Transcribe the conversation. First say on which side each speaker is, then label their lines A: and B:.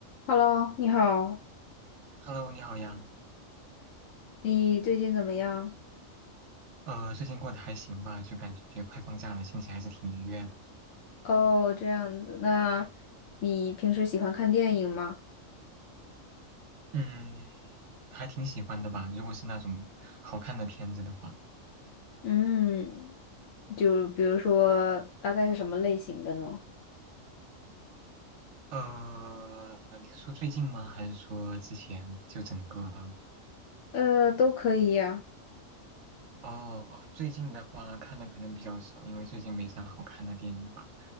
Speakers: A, on the left; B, on the right.
A: Hello，你好，
B: Hello，你好呀。
A: 你最近怎么样？
B: 呃，最近过得还行吧，就感觉快放假了，心情还是挺愉悦。
A: 哦，这样子，那你平时喜欢看电影吗？
B: 嗯，还挺喜欢的吧。如果是那种好看的片子的话，
A: 嗯，就比如说，大概是什么类型的呢？
B: 呃，你是说最近吗？还是说之前就整个？
A: 呃，都可以呀。
B: 哦，最近的话看的可能比较少，因为最近没啥好看的电影吧。